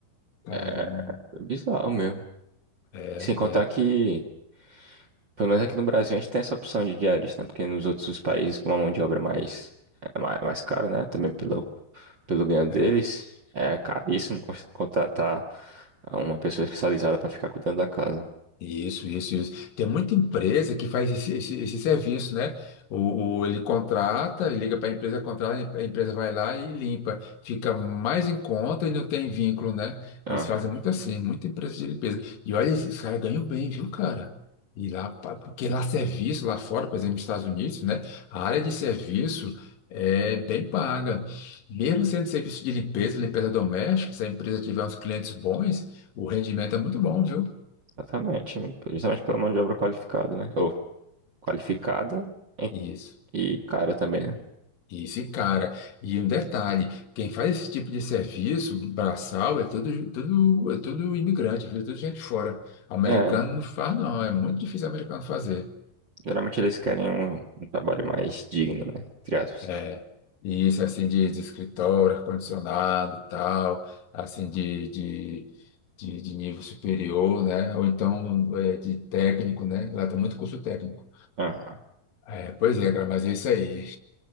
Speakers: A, on the left; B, on the right.
A: Caramba,
B: é bizarro mesmo.
A: é,
B: Sem contar
A: é,
B: que, pelo menos aqui no Brasil, a gente tem essa opção de diarista, né, porque nos outros países com uma mão de obra mais, é mais, mais cara, né, também pelo, pelo ganho
A: é.
B: deles, é caríssimo cons- contratar uma pessoa especializada para ficar cuidando da casa.
A: Isso, isso, isso. Tem muita empresa que faz esse, esse, esse serviço, né? O, o- ele contrata, liga para a empresa, contrata, a empresa vai lá e limpa. Fica mais em conta e não tem vínculo, né?
B: Aham,
A: Eles fazem muito assim, muita empresa de limpeza. E olha, esses caras ganham bem, viu, cara? E lá, pa- porque lá serviço, lá fora, por exemplo, nos Estados Unidos, né? A área de serviço é bem paga. Mesmo sendo serviço de limpeza, limpeza doméstica, se a empresa tiver uns clientes bons, o rendimento é muito bom, viu?
B: exatamente. Justamente pela mão de obra qualificada, né, ou qualificada.
A: Isso.
B: E cara também, né?
A: Isso, e cara. E um detalhe, quem faz esse tipo de serviço braçal é tudo, tudo, é tudo imigrante, viu? Tudo gente fora. Americano
B: É,
A: não faz, não. É muito difícil americano fazer.
B: geralmente eles querem um, um trabalho mais digno, né? Entre aspas.
A: É. E Isso, assim, de, de escritório, ar-condicionado, tal, assim, de, de, de, de nível superior, né? Ou então é, de técnico, né? Lá tem muito curso técnico.
B: Aham,
A: É, pois é, cara, mas é isso aí.